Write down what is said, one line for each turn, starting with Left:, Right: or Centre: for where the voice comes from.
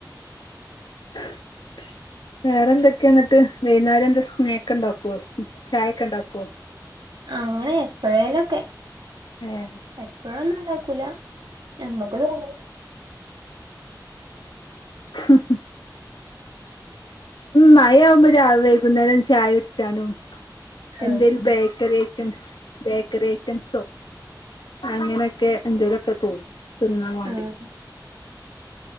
Left: <inaudible> വേറെ എന്തൊക്കെ ന്നട്ട്? വൈന്നാര എന്താ സ്നാക്ക് ണ്ടാക്കുവോ? ചായ ക്കെണ്ടാക്കുവോ?
Right: അങ്ങനെ എപ്പോഴേലൊക്കെ.
Left: ഏഹ്
Right: എപ്പഴൊന്നുംണ്ടാക്കൂല. ഞമ്മക്ക് തോന്നല
Left: ഹ് ഹ്.. മഴയാവുമ്പോ രാ വൈകുന്നേരം ചായൊട്ച്ചാനും.
Right: ആഹ്
Left: എന്തേലും ബേക്കറി ഐറ്റംസ്. ബേക്കറി ഐറ്റംസോ, അങ്ങനെയൊക്കെ, എന്തേലൊക്കെ തോന്നും തിന്നാ വാണ്ടി.
Right: ആഹ്